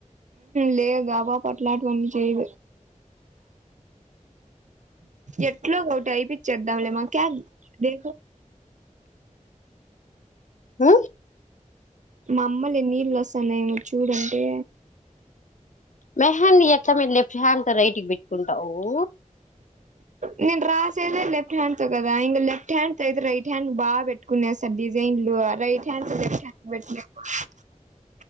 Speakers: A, on the right (about 65°); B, on the left (about 70°).
A: లేదా పట్లాట్ బనిచయి ఇట్లు ఓటై చదవలేమా క్యా దేకో
B: హ
A: మమ్మల్లు నీళ్లు వసన్నా ఏమో చూడంటే
B: మహీ <unintelligible> ాంత రైటికి బట్కుంటావఊ
A: నేన్ రాసాను లేఫ్ట్ హ్యాండ్తో కదా ఇగా లెఫ్ట్ హ్యాండ్తో ఇగా రైట్ రైట్ హ్యాండ్ బాగా పెట్టుకునే సార్ డిజైన్లు రైట్ హ్యాండ్ లెఫ్ట్ హండ్ పె